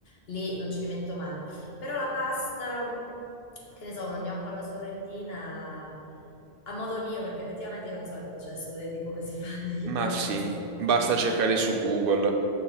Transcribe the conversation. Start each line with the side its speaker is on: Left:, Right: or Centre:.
Left: lì non ci metto mano. Però la pasta, che ne so, uno gnocco alla sorrentina... A modo mio, perché effettivamente io non so il processo de- di come si <laughs> fanno gli
Right: Ma
Left: gnocchi
Right: sì,
Left: alla sorrentina.
Right: basta cercare su Google.